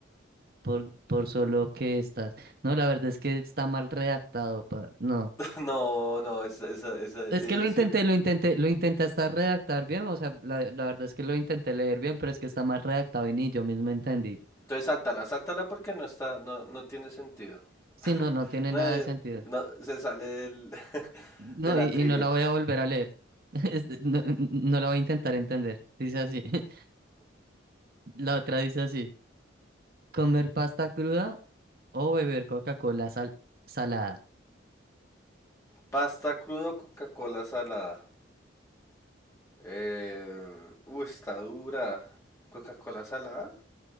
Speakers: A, on the right (about 50°); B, on the left (about 15°).
A: por, por solo que estás. No, la verdad es que está mal redactado, pa- no.
B: No, no, esa, esa, esa edición.
A: Es que lo intenté, lo intenté, lo intenté hasta redactar bien, o sea, la, la verdad es que lo intenté leer bien, pero es que está mal redactado y ni yo mismo entendí.
B: Entonces sáltala, sáltala porque no está, no, no tiene sentido.
A: Sí,
B: <laughs>
A: no, no tiene
B: No,
A: nada
B: eh,
A: de sentido.
B: no, se sale del, <laughs>
A: No,
B: de la
A: y, y
B: trivia.
A: no la voy a volver a leer. <laughs> Es- No, no la voy a intentar entender. Dice así. <laughs> La otra dice así. ¿Comer pasta cruda o beber Coca-Cola sal- salada?
B: Pasta crudo, Coca-Cola salada. Eh, uy, está dura. ¿Coca-Cola salada?